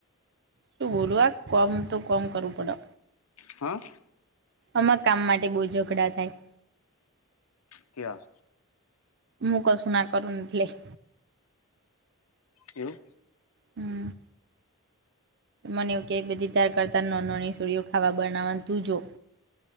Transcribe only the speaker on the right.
શું બોલું આ કોમ તો કોમ કરવું પડે.
આમાં કામ માટે બહુ ઝઘડા થાય.
મુું કશું ના કરુંને <inaudible>
હમ્મ મને એવું કે બધી તાર કરતા ન નની સુળીઓ ખાવા બનાવાનું તું જો,